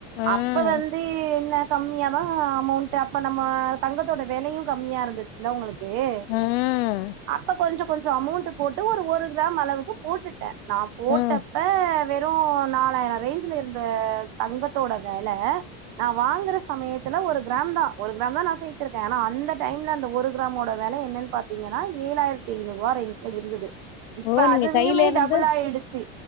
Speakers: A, on the left; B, on the right.
A: ம்
B: அப்ப வந்து கம்மியா தான் அமௌண்ட் அப்போ நம்ம தங்கத்தோட விலையும் கம்மியா இருந்துச்சு இல்ல உங்களுக் கே
A: ம்
B: அப்ப கொஞ்சம் கொஞ்சம் அமௌண்ட் போட்டு ஒரு ஒரு கிராம் அளவுக்கு போட்டுட்டேன் நான் போட்டப்ப
A: ம்
B: வெறும் நாலாயிரம் ரேஞ்ச்ல இருந்த தங்கத்தோட வெல நா வாங்குற சமயத்தில்ல ஒரு கிராம் தான் ஒரு கிராம் தான் நான் சேர்த்திருக்கேன் ஆனா அந்த டைம்ல அந்த ஒரு கிராமோட வெல என் ன்னா பாத்திங்கன்னா ஏழாயிரத்து ஐநூறுவா இருந்தது இப்ப
A: ஓ நீங்க
B: அதுவியுமே
A: கையில இருந்து
B: டபுள் ஆயிடுச்சி